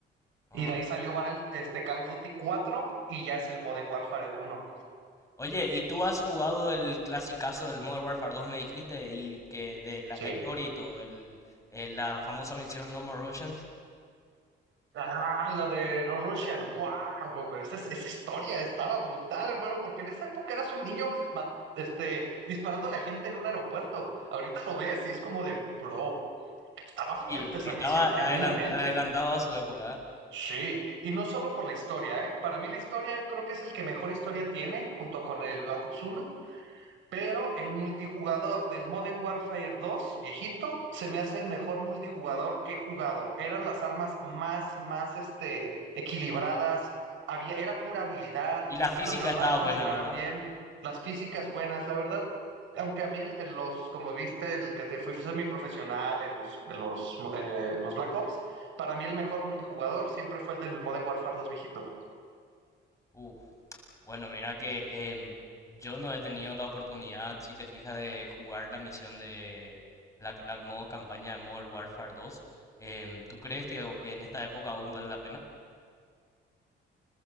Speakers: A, on the left (about 15°); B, on the right (about 75°).
A: Ah.
B: Y de ahí salió Battle- este Call of Duty 4 y ya es el Modern Warfare uno.
A: Oye, ¿y tú has jugado el clasicazo del Modern Warfare 2, me dijiste, y que de la,
B: Sí.
A: la historia y todo, el, eh, la famosa misión No More Russians?
B: Ah, la de No Russian, wow, güey, esa, esa historia estaba brutal, hermano, porque en esa época eras un niño ma- este, disparándole a gente en un aeropuerto. Ahorita lo ves y es como de, bro, estaba fuerte
A: Sí,
B: esa
A: estaba
B: misión,
A: adelan-
B: genuinamente.
A: adelantado a su época, ¿eh?
B: Sí, y no solo por la historia, ¿eh? Para mí la historia yo creo que es el que mejor historia tiene, junto con el Black Ops uno. Pero el multijugador del Modern Warfare dos viejito, se me hace el mejor multijugador que he jugado. Eran las armas más, más, este, equilibradas. Había, era pura habilidad.
A: Y la física
B: Las granadas
A: estaba
B: funcionaban
A: buena, ¿verdad?
B: bien. Las físicas buenas. La verdad, aunque a mí el- el- los, como viste, el que te fui semiprofesional en los, en los, eh, los Black Ops, para mí el mejor multijugador siempre fue el del Modern Warfare dos viejito.
A: Uf, bueno, mira que em, yo no he tenido la oportunidad, si te fijas, de jugar la misión de la, la modo campaña de Modern Warfare 2. Em, ¿tú crees que o- en esta época aún vale la pena?